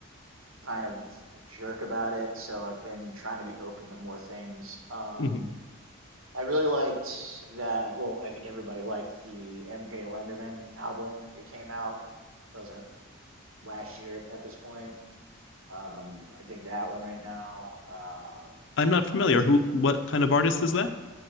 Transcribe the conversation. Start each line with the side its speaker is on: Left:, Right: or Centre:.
Right: kind of a jerk about it. So I've been trying to be open to more things. Um,
Left: Mhm.
Right: I really liked that. Well, I think everybody liked the MJ Lenderman album that came out. That was at, last year at this point. Um, I dig that one right now. Um,
Left: I'm not familiar.
Right: liked,
Left: Who, what kind of artist is that?